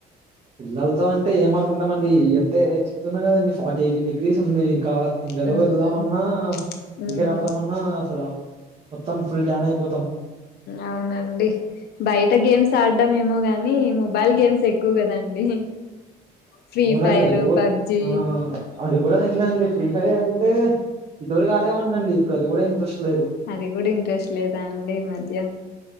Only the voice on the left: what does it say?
హ్మ్.
హ్మ్.
అవునండి బయట గేమ్స్ ఆడడం ఏమో గాని మొబైల్ గేమ్స్ ఎక్కువ కదండి ఫ్రీ
ఫైర్
పబ్జి
అది కూడా ఇంట్రెస్ట్ లేదా అండి ఈ మధ్య